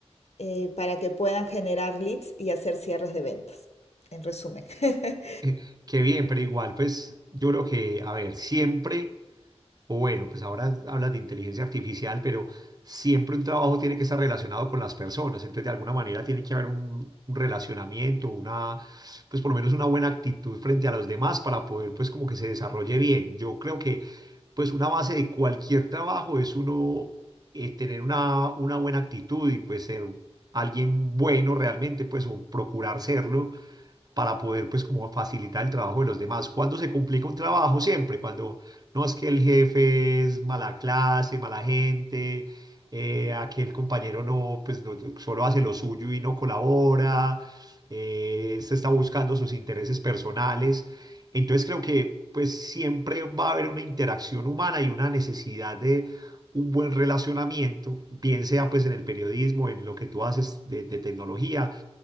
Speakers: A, on the left (about 70°); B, on the right (about 35°).
A: eh, para que puedan generar leads y hacer cierres de ventas, en resumen. <laughs>
B: eh, qué bien, pero igual, pues yo creo que, a ver, siempre O bueno, pues ahora hablas de inteligencia artificial, pero siempre un trabajo tiene que estar relacionado con las personas. Entonces, de alguna manera tiene que haber un, un relacionamiento, una, pues por lo menos una buena actitud frente a los demás para poder, pues como que se desarrolle bien. Yo creo que, pues una base de cualquier trabajo es uno eh, tener una, una buena actitud y pues ser alguien bueno realmente, pues o procurar serlo para poder pues como facilitar el trabajo de los demás. Cuando se complica un trabajo? Siempre, cuando no es que el jefe es mala clase, mala gente, eh, aquel compañero no, pues no, solo hace lo suyo y no colabora, eh, este está buscando sus intereses personales. Entonces creo que pues siempre va a haber una interacción humana y una necesidad de un buen relacionamiento, bien sea pues en el periodismo, en lo que tú haces de de tecnología